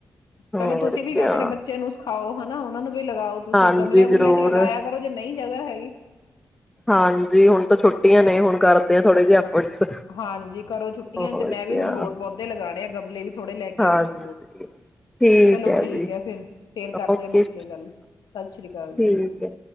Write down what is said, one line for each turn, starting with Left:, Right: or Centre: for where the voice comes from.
Centre: ਹੋਰ
Left: ਚਲੋ ਤੁਸੀਂ
Centre: ਕਿਆ
Left: ਵੀ ਆਪਣੇ ਬੱਚੇ ਨੂੰ ਸਿਖਾਓ ਹਨ ਨਾ ਉਹਨਾਂ ਨੂੰ ਵੀ ਲਗਾਓ ਤੁਸੀਂ
Centre: ਹਾਂਜੀ
Left: ਗਮਲਿਆਂ ਗੁਮਲਿਆਂ
Centre: ਜ਼ਰੂਰ
Left: ਚ ਲਗਾਇਆ ਕਰੋ ਜੇ ਨਹੀਂ ਜਗ੍ਹਾ ਹੈਗੀ
Centre: ਹਾਂਜੀ ਹੁਣ ਤਾਂ ਛੋੱਟੀਆਂ ਨੇ ਹੁਣ ਕਰਦੇ ਆ ਥੋੜੇ ਜਿਹੇ ਐਫਰਟਸ
Left: ਹਾਂਜੀ ਘਰੋਂ ਛੁੱਟੀਆਂ
Centre: ਹੋਰ
Left: ਚ ਮੈਂ
Centre: ਕਿਆ
Left: ਵੀ ਹੁਣ ਹੋਰ ਪੌਦੇ ਲਗਾਣੇ ਆ ਗਮਲੇ ਵੀ ਥੋੜੇ ਲੈ
Centre: ਹਾਂਜੀ
Left: ਕੇ ਆਣੇ ਆ ਹੋਰ
Centre: ਠੀਕ
Left: ਚਲੋ ਠੀਕ
Centre: ਜੀ
Left: ਹੈ ਫੇਿਰ ਫੇਰ ਕਰਦੇ
Centre: ਓਕੇ
Left: ਆ ਮਿਲਕੇ ਗੱਲ ਸਤਿ ਸ੍ਰੀ ਅਕਾਲ
Centre: ਠੀਕ
Left: ਜੀ
Centre: ਹੈ